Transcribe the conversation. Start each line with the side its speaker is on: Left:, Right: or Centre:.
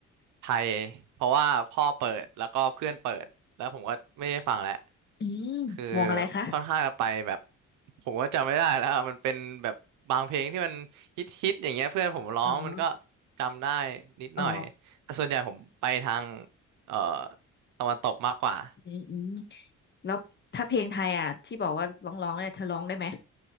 Right: ไทยเพราะว่าพ่อเปิดแล้วก็เพื่อนเปิดแล้วผมก็ไม่ได้ฟังแล้ว
Left: อืมวงอะไรคะ
Right: คือค่อนข้างจะไปแบบผมก็จำไม่ได้แล้วอะมันเป็นแบบบางเพลงที่มันฮิตฮิตอย่างเงี้ยเพื่อนผมร้องมันก็
Left: อ๋อ
Right: จำได้นิดหน่อยแต่ส่วนใหญ่ผมไปทาง
Left: อ๋อ
Right: เอ่อตะวันตกมากกว่า
Left: อืมอืมแล้วถ้าเพลงไทยอ่ะที่บอกว่าร้องร้องเนี่ยเธอร้องได้ไหม